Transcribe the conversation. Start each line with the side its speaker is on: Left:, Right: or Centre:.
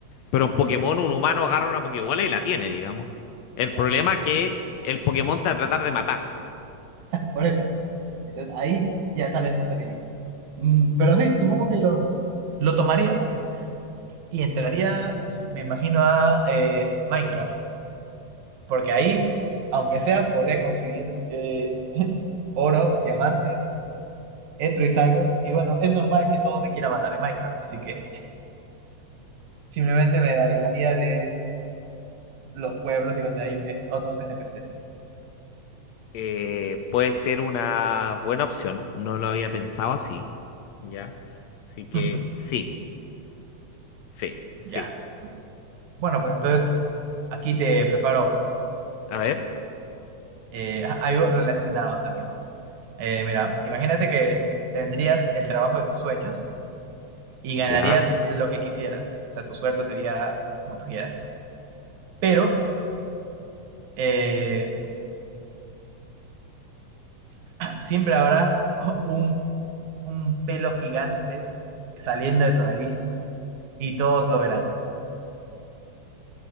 Left: Pero en Pokémon un humano agarra una Pokébola y la tiene, digamos. El
Right: ya.
Left: problema es que el Pokémon te va a tratar de matar.
Right: Por eso. Entonces ahí ya tal vez no se vería. Mm, pero sí, supongo que lo, lo tomaría y entraría, me imagino, a eh, Minecraft. Porque ahí, aunque sea, podría conseguir eh, <laughs> oro, diamantes, entro y salgo. Y bueno, es normal que todo me quiera matar en Minecraft. Así que simplemente me alejaría de los pueblos y donde hay eh, otros NPCs.
Left: Eh, puede ser una buena opción, no lo había pensado así, ¿ya? Así que
Right: <laughs>
Left: sí, sí, sí.
Right: Ya. Bueno, pues entonces aquí te preparo otro.
Left: A ver,
Right: Eh, <laughs> algo relacionado también. Eh, mira, imagínate que tendrías el trabajo de tus sueños y ganarías
Left: ya,
Right: lo que quisieras. O sea, tu sueldo sería como tú quieras. Pero eh, siempre habrá <laughs> un, un pelo gigante saliendo de tu nariz y todos lo verán.